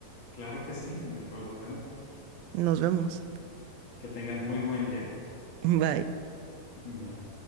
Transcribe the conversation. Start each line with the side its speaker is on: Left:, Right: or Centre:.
Left: claro que sí, no hay problema.
Right: Nos vemos.
Left: Que tengas muy buen viaje.
Right: Bye.
Left: <laughs> Bye.